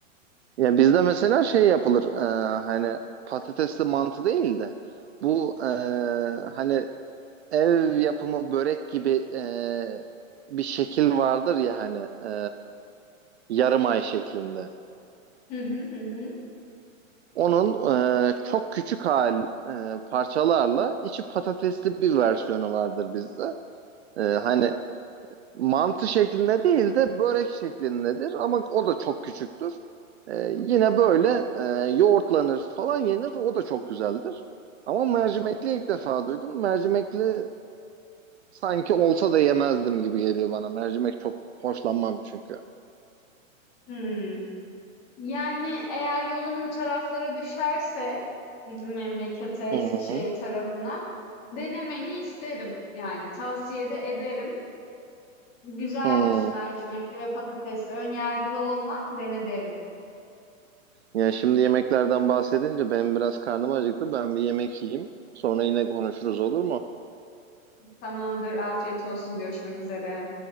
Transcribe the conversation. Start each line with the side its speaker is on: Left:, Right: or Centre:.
Right: Ya bizde mesela şey yapılır e, hani patatesli mantı değil de bu e, hani ev yapımı börek gibi e, bir şekil vardır ya hani e, yarım ay şeklinde.
Left: Hı hı hı hı.
Right: Onun e, çok küçük hal e, parçalarla içi patatesli bir versiyonu vardır bizde. E, hani mantı şeklinde değil de börek şeklindedir ama o da çok küçüktür. Ee, yine böyle e, yoğurtlanır falan yenir o da çok güzeldir. Ama mercimekli ilk defa duydum. Mercimekli sanki olsa da yemezdim gibi geliyor bana. Mercimek çok hoşlanmam çünkü.
Left: Hmm. Yani eğer yolun o taraflara düşerse bizim memlekete, Eskişehir
Right: Hı hı.
Left: tarafına denemeni isterim. Yani tavsiye de ederim. Güzeldir
Right: Hı.
Left: mercimekli ve patatesli. Ön yargılı olma, dene derim.
Right: Ya şimdi yemeklerden bahsedince benim biraz karnım acıktı. Ben bir yemek yiyeyim. Sonra yine konuşuruz olur mu?
Left: Tamamdır, afiyet olsun. Görüşmek üzere.